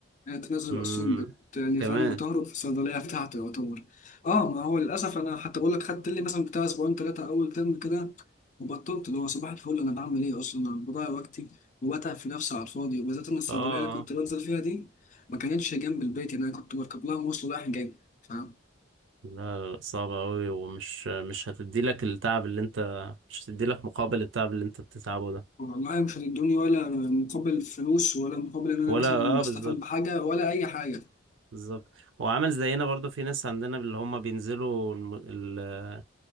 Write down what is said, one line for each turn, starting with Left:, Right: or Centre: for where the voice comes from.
Left: يعني أنت نازل
Right: امم
Left: أصلا بت يعني
Right: كمان
Left: فاهم بتهرب في الصيدلية بتاعته يعتبر أه ما هو للأسف أنا حتى بقول لك خدت لي مثلا بتاع أسبوعين تلاتة أول ترم كده وبطلت اللي هو صباح الفل أنا بعمل إيه أصلا أنا بضيع وقتي وبتعب في نفسي على الفاضي وبالذات إن الصيدلية
Right: اه آه.
Left: اللي كنت بنزل فيها دي ما كانتش جنب البيت يعني أنا كنت بركب لها مواصلة رايح جاي فاهم
Right: لا لا لا صعبة أوي ومش مش هتدي لك التعب اللي أنت مش هتدي لك مقابل التعب اللي أنت بتتعبه ده
Left: والله مش هتدوني ولا مقابل فلوس ولا مقابل ان انا
Right: ولا
Left: مثلا
Right: اه
Left: بستفاد
Right: بالظبط
Left: بحاجه ولا اي حاجه
Right: بالظبط وعامل زينا برضو في ناس عندنا اللي هم بينزلوا الم... ال...